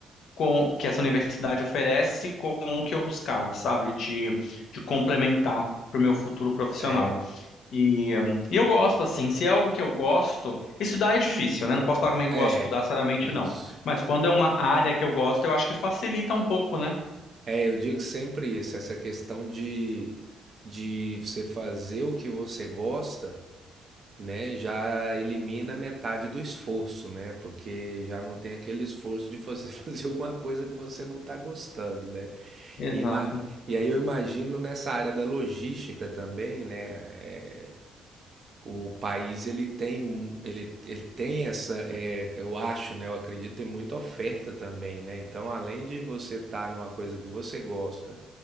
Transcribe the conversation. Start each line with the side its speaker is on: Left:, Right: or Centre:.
Left: com, que essa universidade oferece, com o que eu buscava, sabe? De, de complementar para o meu futuro profissional.
Right: É,
Left: E, hum, e eu gosto, assim, se é algo que eu gosto, estudar é difícil, né? Não posso falar também que
Right: é,
Left: eu gosto de estudar, seriamente,
Right: isso.
Left: não. Mas quando é uma área que eu gosto, eu acho que facilita um pouco, né?
Right: É, eu digo sempre isso, essa questão de de você fazer o que você gosta né, já elimina metade do esforço, né? Porque já não tem aquele esforço de você <laughs> fazer alguma coisa que você não está gostando, né?
Left: Exato.
Right: E, ima- e aí eu imagino nessa área da logística também, né? é, o país ele tem mu- ele, ele tem essa é, eu acho né eu acredito tem muita oferta também né então além de você estar numa coisa que você gosta